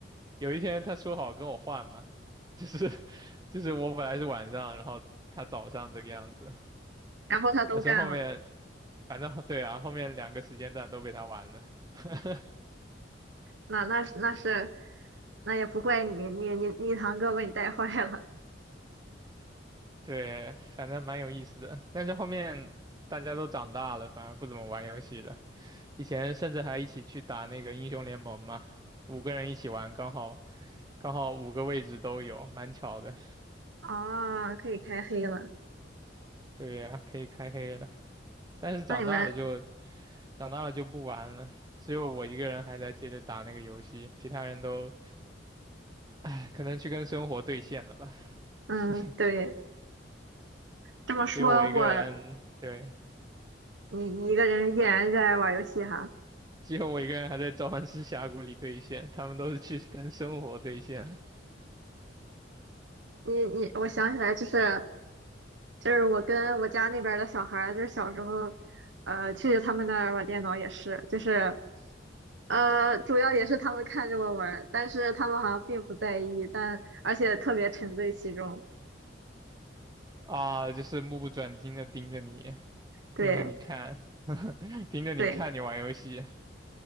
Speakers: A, on the right (about 20°); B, on the right (about 75°).
A: 有一天他说好跟我换嘛，<laughs> 就是就是我本来是晚上，然后他早上这个样子，
B: 然后他都占了，
A: 但是后面反正对啊，后面两个时间段都被他玩了。<laughs>
B: 那那是那是那也不怪你，你你你堂哥把你带坏了
A: 对，反正蛮有意思的。但是后面大家都长大了，反而不怎么玩游戏了。以前甚至还一起去打那个英雄联盟嘛，五个人一起玩，刚好刚好五个位置都有，蛮巧的。
B: 啊 <laughs>，可以开黑了。
A: 对呀，可以开黑了。但是长大了就
B: 那你们，
A: 长大了就不玩了，只有我一个人还在接着打那个游戏，其他人都 <sighs> 唉可能去跟生活对线了吧，
B: 嗯，
A: <laughs>
B: 对，这么说我
A: 只有我一个人，对。
B: 你你一个人依然热爱玩游戏哈，
A: 只有我一个人还在召唤师峡谷里兑现，他们都是去跟生活兑现
B: 你你我想起来就是就是我跟我家那边儿的小孩儿就是小时候，呃，去他们那儿玩电脑也是，就是。呃，主要也是他们看着我玩儿但是他们好像并不在意，但而且特别沉醉其中。
A: 啊，就是目不转睛的盯着你，
B: 对
A: 盯着你看，<laughs> 盯着你看你玩游戏。
B: 对，